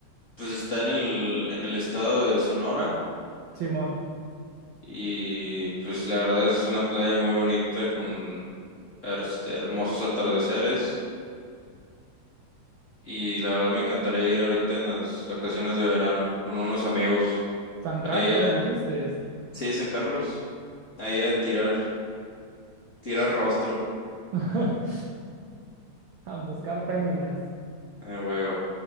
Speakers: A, on the left; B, on the right.
A: Pues está en el, en el estado de Sonora.
B: Simón.
A: Y pues la verdad es una playa muy bonita con her- hermosos atardeceres. Y la verdad me encantaría ir ahorita en las vacaciones de verano con unos amigos.
B: San Carlos,
A: Ahí a,
B: me dijiste.
A: sí, San Carlos. Ahí a tirar, tirar rostro.
B: <laughs> A buscar féminas.
A: Eh, huevo.